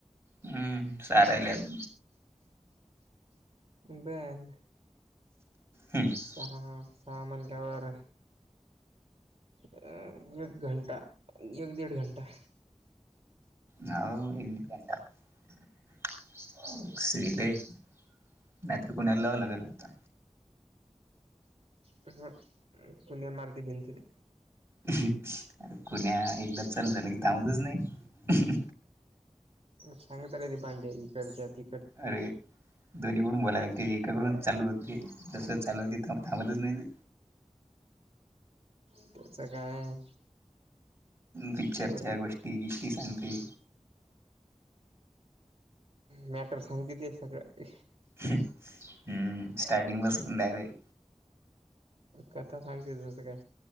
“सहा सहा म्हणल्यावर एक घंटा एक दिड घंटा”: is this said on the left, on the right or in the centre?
Right